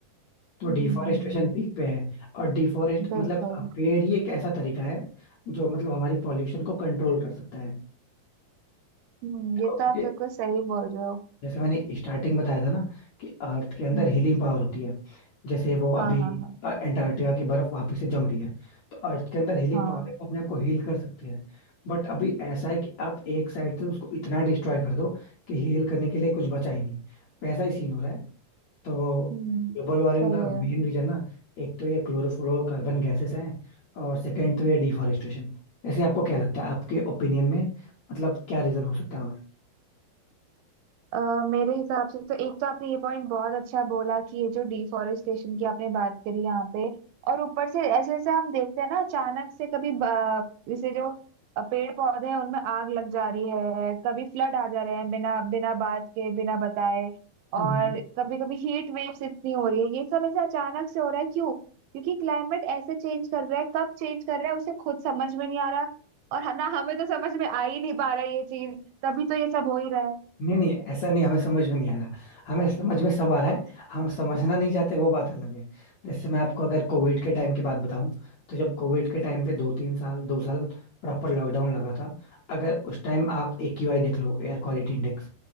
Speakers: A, on the left; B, on the right.
A: तो
B: हम्म
A: डिफॉरेस्टेशन पीक पे है और डिफॉरेस्ट
B: बिल्कुल
A: मतलब अ, पेड़ ही एक ऐसा तरीका है जो मतलब हमारी पॉल्यूशन को कंट्रोल कर सकता है
B: हम्म
A: देखो
B: ये तो
A: क्योंकि
B: आप बिल्कुल सही बोल रहे हो
A: जैसे मैंने स्टार्टिंग बताया था ना कि अर्थ के अंदर
B: हम्म
A: हीलिंग पावर होती है जैसे वो अभी
B: हाँ हाँ हाँ
A: अ, अंटार्कटिका की बर्फ वापस से जम रही है तो अर्थ के अंदर हीलिंग
B: हाँ
A: पावर है वो अपने आप को हील कर सकती है बट अभी ऐसा है कि आप एक साइड से उसको इतना डिस्ट्रॉय कर दो कि हील करने के लिए कुछ बचा ही नहीं वैसा ही सीन हो रहा है तो
B: हम्म
A: ग्लोबल वार्मिंग
B: सही
A: का मेन
B: है
A: रीजन ना एक तो ये क्लोरोफ्लोरोकार्बन गैसेस हैं और सेकेंड तो ये डिफॉरेस्टेशन ऐसे आपको क्या लगता है आपके ओपिनियन में मतलब क्या रीजन हो सकता है
B: अ मेरे हिसाब से तो एक तो आपने ये पॉइंट बहुत अच्छा बोला कि ये जो डिफोरेस्टेशन की आपने बात करी यहाँ पे और ऊपर से ऐसे ऐसे हम देखते हैं ना अचानक से कभी ब- जैसे जो पेड़ पौधे हैं उनमें आग लग जा रही है कभी फ्लड आ जा रहे हैं बिना बिना बात के बिना बताए
A: और
B: और कभी कभी हीट वेव्स इतनी हो रही है ये सब ऐसे अचानक से हो रहा है क्यों क्योंकि क्लाइमेट ऐसे चेंज कर रहा है कब चेंज कर रहा है उसे खुद समझ में नहीं आ रहा और ना हमें तो समझ में आ ही नहीं पा रहा ये चीज तभी तो ये सब हो ही रहा है
A: नहीं नहीं ऐसा नहीं हमें समझ में नहीं आ रहा हमें समझ में सब आ रहा है हम समझना नहीं चाहते वो बात अलग है जैसे मैं आपको अगर कोविड के टाइम की बात बताऊं तो जब कोविड के टाइम पे दो तीन साल दो साल प्रॉपर लॉकडाउन लगा था अगर उस टाइम आप एक्यूआई देख लो एयर क्वालिटी इंडेक्स